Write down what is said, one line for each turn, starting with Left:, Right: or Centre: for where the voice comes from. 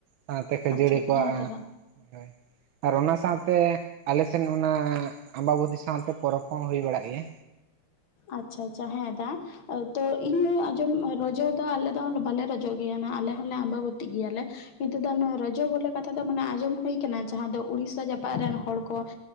Right: ᱥᱟᱶᱛᱮ ᱠᱷᱟᱹᱡᱟᱹᱲᱤ
Left: ᱟᱪᱪᱷᱟ ᱟᱪᱪᱷᱟ
Right: ᱠᱚᱣᱟᱜᱼᱟ
Left: ᱦᱮᱸ ᱛᱚ ᱫᱟ
Right: ᱦᱳᱭ ᱟᱨ ᱚᱱᱟ ᱥᱟᱶᱛᱮ ᱟᱞᱮᱥᱮᱱ ᱚᱱᱟ ᱟᱢᱵᱟᱵᱚᱛᱤ ᱥᱟᱶᱛᱮ ᱯᱚᱨᱚᱵᱽ ᱦᱚᱸ ᱦᱩᱭ ᱵᱟᱲᱟᱜ ᱜᱮᱭᱟ
Left: ᱟᱪᱪᱷᱟ ᱟᱪᱪᱷᱟ ᱦᱮᱸ ᱫᱟ ᱛᱚ ᱤᱧ ᱟᱸᱡᱚᱢ ᱨᱚᱡᱚ ᱫᱚ ᱟᱞᱮ ᱫᱚ ᱵᱟᱞᱮ ᱨᱚᱡᱚᱜ ᱜᱮᱭᱟ ᱟᱞᱮ ᱦᱚᱸᱞᱮ ᱟᱢᱵᱟᱵᱚᱛᱤᱜ ᱜᱮᱭᱟᱞᱮ ᱠᱤᱱᱛᱩ ᱨᱚᱡᱚ ᱵᱚᱞᱮ ᱠᱟᱛᱷᱟ ᱫᱚ ᱢᱟᱱᱮ ᱟᱸᱡᱚᱢ ᱦᱩᱭ ᱠᱟᱱᱟ ᱡᱟᱦᱟᱸ ᱫᱚ ᱩᱲᱤᱥᱟ ᱡᱟᱯᱟᱜ ᱨᱮᱱ ᱦᱚᱲ ᱠᱚ